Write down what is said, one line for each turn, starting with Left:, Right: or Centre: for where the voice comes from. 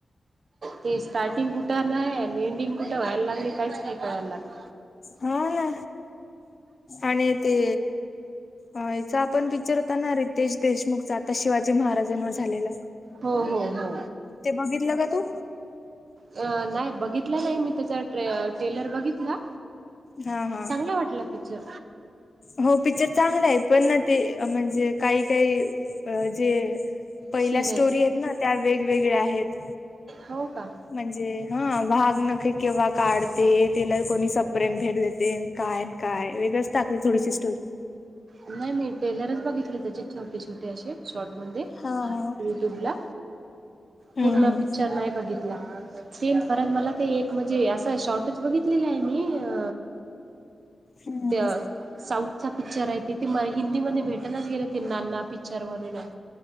Right: ते स्टार्टिंग कुठं आहे आणि एंडिंग कुठं व्हायला लागले काहीच नाही कळायला लागले.
Left: हा ना आणि ते याचा आपण पिक्चर होता ना रितेश देशमुखचा आता शिवाजी महाराज जन्म झालेलं
Right: हो हो हो
Left: ते बघितलं का तू?
Right: अ नाही बघितला नाही मी त्याचा ट्रेलर बघितला.
Left: हा हा.
Right: चांगलं वाटला पिक्चर.
Left: हो पिक्चर चांगला आहे पण ना ते म्हणजे काही, काही जे पहिल्या
Right: सीन
Left: स्टोरी
Right: आहे
Left: आहेत ना त्या वेगवेगळ्या आहेत.
Right: हो का.
Left: म्हणजे हा वाघ नखे केव्हा काढते त्याला कोणी सप्रेम भेट देते काय काय वेगळच टाकली थोडीशी स्टोरी.
Right: नाही मी टेलरच बघितले त्याचे छोटे, छोटे असे शॉर्ट मध्ये
Left: हा हा.
Right: युट्युबला
Left: हम्म
Right: पूर्ण
Left: हम्म.
Right: पिक्चर नाही बघितला. सेम परत मला ते एक म्हणजे असं शॉर्टच बघितलेलं आहे मी अ
Left: हम्म.
Right: त्या साऊथ चा पिक्चर आहे ते ते हिंदी मध्ये भेटणाच गेले ते नाना पिक्चर म्हणून आहे.